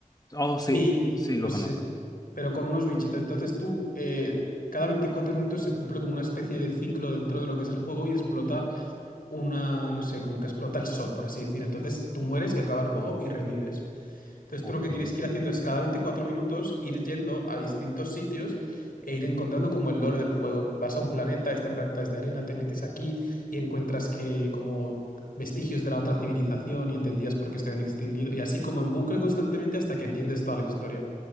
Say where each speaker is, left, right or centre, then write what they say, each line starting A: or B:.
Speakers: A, on the left (about 25°); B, on the left (about 80°).
A: Oh, sí,
B: Y
A: sí,
B: pues,
A: lo conozco.
B: eh, pero con unos bichitos. Entonces tú, eh, cada 24 minutos se cumple como una especie de ciclo dentro de lo que es el juego y explota una, no sé, como que explota el sol, por así decir. Entonces tú mueres y acaba el juego
A: Sí.
B: y revives. Entonces
A: Ok.
B: tú lo que tienes que ir haciendo es cada 24 minutos ir yendo a distintos sitios e ir encontrando como el lore del juego. Vas a un planeta, este planeta es de arena, te metes aquí y encuentras que como vestigios de la otra civilización y entendías por qué se habían extinguido. Y así como en bucle constantemente hasta que entiendes toda la historia.